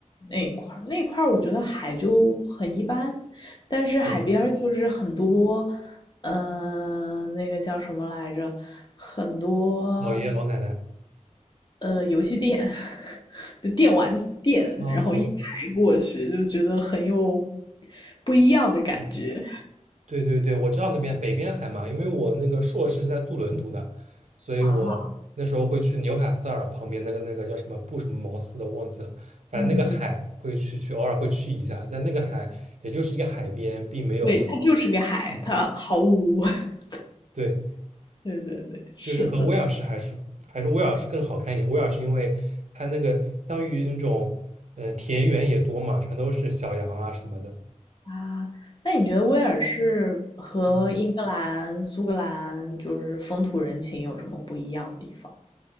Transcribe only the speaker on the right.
对，
老爷爷老奶奶，
哦哦。
嗯对对对，我知道那边北边海嘛，因为我那个硕士是在杜伦读的，所以我那时候会去纽卡斯尔旁边那个那个叫什么布什么茅斯的忘记了，
反正那个海会去去偶尔会去一下，
在那个海也就是一个海边，并没有什么，
嗯
对，
就是和威尔士还是还是威尔士更好看一点。威尔士因为它那个相当于那种嗯、呃田园也多嘛，全都是小羊啊什么的。
嗯